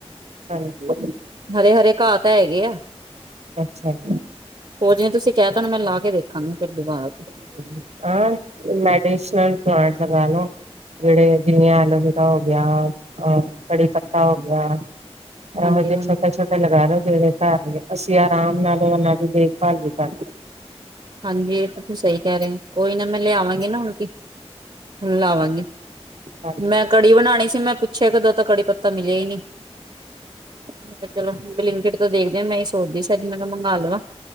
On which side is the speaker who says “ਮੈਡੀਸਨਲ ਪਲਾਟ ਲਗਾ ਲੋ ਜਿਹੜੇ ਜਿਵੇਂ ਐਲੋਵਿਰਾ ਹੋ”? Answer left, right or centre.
Right